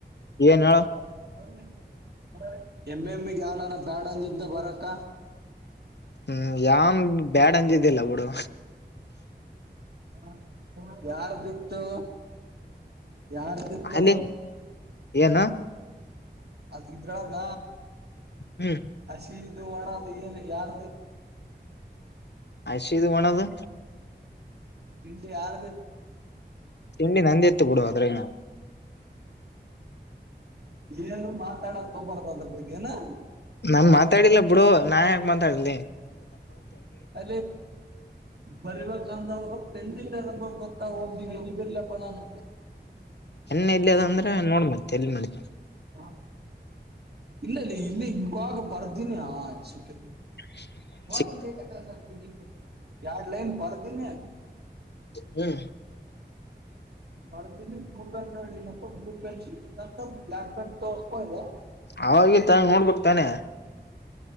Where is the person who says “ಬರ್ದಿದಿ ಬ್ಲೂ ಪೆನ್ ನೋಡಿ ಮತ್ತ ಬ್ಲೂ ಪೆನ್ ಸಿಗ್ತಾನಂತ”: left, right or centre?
Right